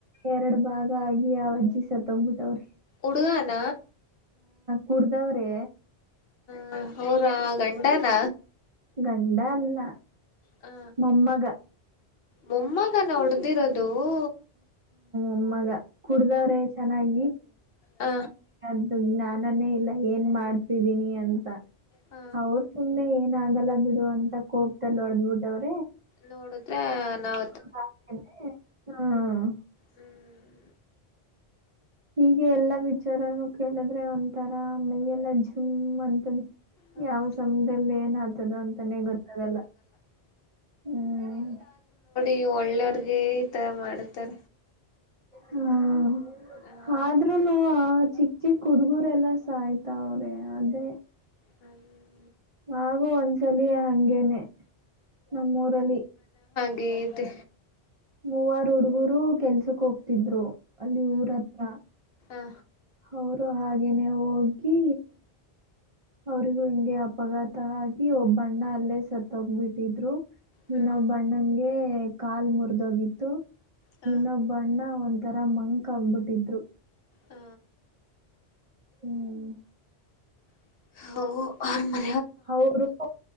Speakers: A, on the right; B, on the left.
A: ಎರಡು ಭಾಗ ಹಾಗಿ ಯಾವಜ್ಜಿಸಸ ತೊಗ್ಬಿಟ್ಟವ್ರಿ
B: ಉಡುಗಾನ
A: ಕುಡ್ದವ್ರೆ
B: ಹ ಹೌರ ಗಂಡನ
A: ಗಂಡ ಅಲ್ಲ
B: ಹಾ
A: ಮೊಮ್ಮಗ
B: ಮಮ್ಮ ಹ ನಾ ಹೊಡ್ದಿರೋದು ಓ
A: ನಮ್ಮಗೆ ಕುಡ್ದ್ರೆ ಚೆನ್ನಾಗ
B: ಹ
A: ಅಯ ನಾ ನ್ನನ್ನೇ ಇಲ್ಲ ಏನ್ ಮಾಡ್ತಿದೀನಿ ಅಂತ
B: ಹ
A: ಅವರು ಸುಮ್ಮ್ನೆ ಏನ ಲ್ಲ ಬಿಡು ಅಂತ ಕೋಪಲ್ಲ ಹೊಡ್ದ್ ಬಿಿಟ್ಟ ಅವ್ರು
B: ನೋಡುದ್ರ ನಾವ
A: <inaudible> ಹ್ಮ
B: ಹ್ಮ್
A: ಹೀಗೆ ಎಲ್ಲಾ ವಿಚಾರನು ಕೇಳಿದ್ರೆ ಒಂಥರ ಮೈಯೆಲ್ಲ ಸುಮ್ಮ ಅಂತದೆ
B: ಹೌದು
A: ಯಾವ ಸಮದಲ್ಲಿ ಏನ್ ಆತದೋ ಅಂತಾನೇ ಗೊತ್ತಾಗಲ್ಲ ಹ್ಮ್
B: ನೀ ಒಳ್ಳೆಯರ್ಗೆ ಈ ತರ ಮಾಡತಾರ
A: ಹ್ಮ್
B: ಆ
A: ಆದ್ರೂನು ಚಿಕ್ಕ ಚಿಕ್ಕ ಹುಡುಗುರೆಲ್ಲ ಸ ಆಯ್ತಾವ್ರೆ ಅದೇ
B: ಹ್ಮ
A: ಹಾಗು ಒಂದ್ಸಲ ಹಂಗೇನೆ ನಮ್ಮೂರಲ್ಲಿ
B: ವೇದ
A: ಮೂವಾರ ಹುಡುಗರು ಕೆಲ್ಸಕ್ ಹೋಗ್ತಿದ್ರು ಅಲ್ಲಿ ಊರ ಹತ್ರ
B: ಹಾ
A: ಅವರು ಹಾಗೇನೆ ಹೋಗಿ ಅವ್ರಿಗೂ ಹಿಂಗೆ ಅಪಘಾತ ಆಗಿ ಒಬ್ಬಣ್ಣ ಅಲ್ಲೇ ಸತ್ತೋಗ್ಬಿಟ್ಟಿದ್ರು
B: ಹ್ಮ್
A: ಇನ್ನ ಬಣ್ಣಂಗೆ ಕಾಲ್ ಮುರಿದೋಗಿತ್ತು
B: ಹ
A: ಇನ್ನೊಬ್ಬಣ್ಣ ಒಂತ ತರ ಮಂಕ ಅಗ್ಬಿಟ್ಟಿದ್ರು
B: ಹ
A: ಹ್ಮ್
B: ಹ
A: ಹೌರು